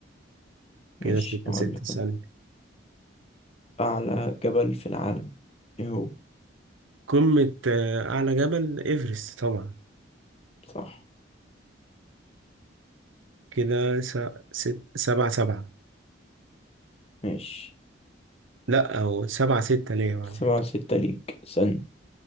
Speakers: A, on the right; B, on the left.
A: كده
B: ماشي
A: ستة
B: أقول
A: ستة
B: لك
A: سألت
B: أنا. أعلى جبل في العالم إيه هو
A: قمة آه، أعلى جبل إيفرست طبعا
B: صح
A: كده س... ست... سبعة سبعة
B: ماشي
A: لا أو سبعة ستة ليا معلش
B: سبعة ستة ليك سن